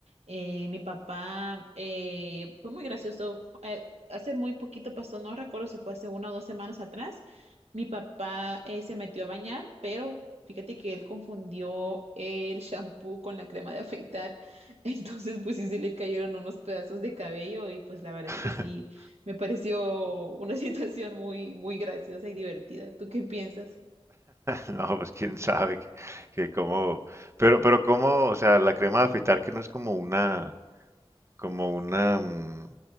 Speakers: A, on the right (about 80°); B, on the right (about 25°).
A: eh, mi papá eh, fue muy gracioso. eh, hace muy poquito pasó, no recuerdo si fue hace una o dos semanas atrás. Mi papá eh, se metió a bañar, pero Fíjate que él confundió el shampoo con la crema de afeitar, <laughs> entonces pues sí se le cayeron unos pedazos de cabello y pues la verdad
B: <laughs>
A: es que sí, me pareció una <laughs> situación muy, muy graciosa y divertida. ¿Tú qué piensas?
B: No, pues quién sabe que, que cómo, pero, pero cómo, o sea, la crema de afeitar que no es como una, como una, mm,